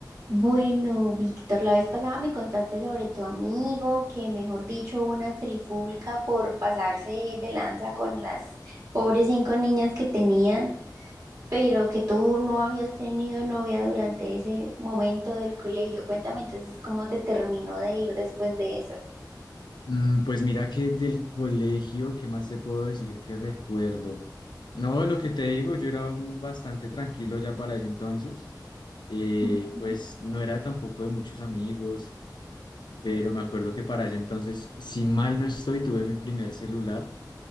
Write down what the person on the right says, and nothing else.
Bueno, Víctor, la vez pasada me contaste sobre tu amigo, que mejor dicho, hubo una trifulca por pasarse de lanza con las pobres cinco niñas que tenían, pero que tú no habías tenido novia durante ese momento del colegio. Cuéntame entonces cómo te terminó de ir después de eso.
Ujú.